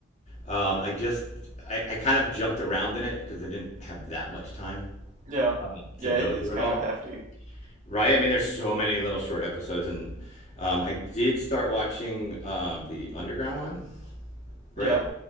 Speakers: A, on the left (about 35°); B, on the right (about 40°).
A: Um, I just I, I kind of jumped around in it because I didn't have that much time
B: Yeah.
A: um,
B: Yeah,
A: to go
B: it is
A: through
B: kind
A: it all.
B: of hefty.
A: Right? I mean, there's so many little short episodes, and um, I did start watching um, the underground one.
B: Yeah.
A: Right?